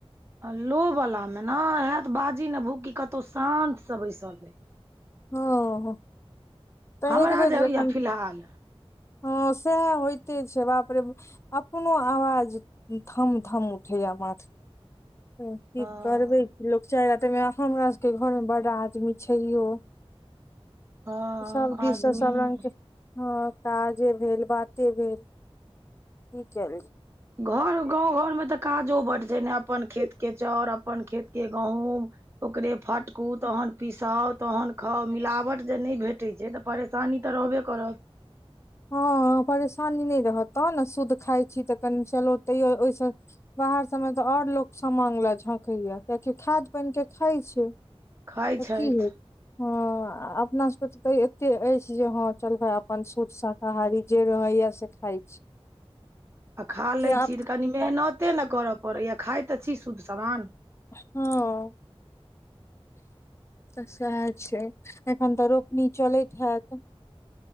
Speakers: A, on the right; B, on the left.
A: अ लो बला में न हैत बाजी ने भूकी कतौ शान्त से बैसल रही।
B: ह ह तऽ
A: हमरा
B: एक बेर
A: जे
B: जखन
A: होइया फिलहाल
B: ह सैह होइते छै, बाप रे अपनो आवाज धम धम उठैया माथमे की
A: हँ
B: करबै कि लोक चाइर आ तै में हमरा सबके घरमे बड़ आदमी छैहो।
A: हँ
B: सब दिस
A: आदमी
B: स सब रंगके हँ काजे भेल बाते भेल कि कैल
A: घर गाँव घरमे तऽ काजो बड छै ने अपन खेत के चौर अपन खेत के गहुम ओकरे फटकु तहन पिसाउ तहन खाउ मिलावट जे नहि भेटै छै त परेशानी तऽ रहबे करत।
B: हँ परेशानी नै रहत तहनने शुद्ध खाइ छी तऽ कनी चलू तैयो ओहिस बाहर सब मे तऽ और लोग समांग ले झंकैया कियाकि खाद पानि के खाइ छै।
A: खाइत
B: त
A: छथि
B: कि हेतै? हँ अपना सबके तऽ एते अछि जे हँ चल भाइ अपन शुद्ध शाक आहारी जे रहैय से खाइ छी।
A: आ खा
B: से
A: लै
B: आब
A: छी तऽ कनी मेहनते ने करय पड़ैया खाइत तऽ छी शुद्ध समान।
B: हॅं। तऽ सैहै छै, एखन तऽ रोपनी चलैत हैत।